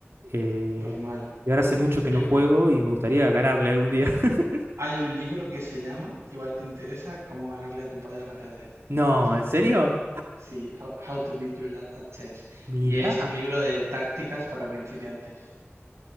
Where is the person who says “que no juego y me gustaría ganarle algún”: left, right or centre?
Right